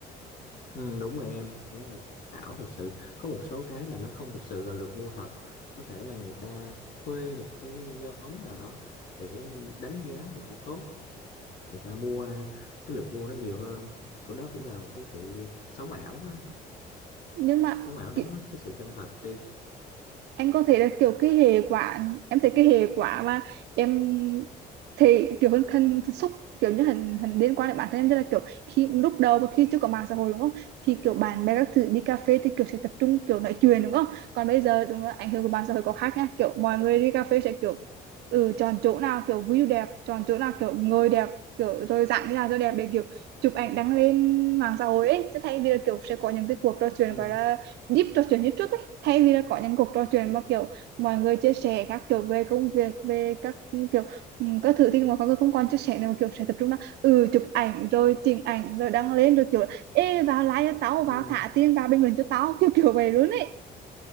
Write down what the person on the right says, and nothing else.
nhưng mà
ki-
anh có thể là kiểu cái hệ quả em thấy cái hệ quả mà em thì kiểu hình, hình xúc kiểu như hình hình liên quan đến bản thân em như là kiểu khi lúc đầu và khi chưa có mạng xã hội đúng không thì kiểu bạn bè các thứ đi cà phê thì kiểu sẽ tập trung kiểu nói chuyện đúng không còn bây giờ đúng là ảnh hưởng của mạng xã hội có khác nha kiểu mọi người đi cà phê sẽ kiểu ừ chọn chỗ nào kiểu view đẹp chọn chỗ nào kiểu ngồi đẹp kiểu rồi dạng như là cho đẹp để kiểu chụp ảnh đăng lên mạng xã hội ấy chứ thay vì là kiểu sẽ có những cái cuộc trò chuyện
gọi là deep trò chuyện như trước thay vì là có những cuộc trò chuyện mà kiểu mọi người chia sẻ các kiểu về công việc về các kiểu các thứ thì mà mọi người không còn chia sẻ nữa kiểu sẽ tập trung là ừ chụp ảnh rồi chỉnh ảnh rồi đăng lên rồi kiểu ê vào like cho tao vào
thả tiền vào bình luận cho tao kiểu kiểu vậy luôn ấy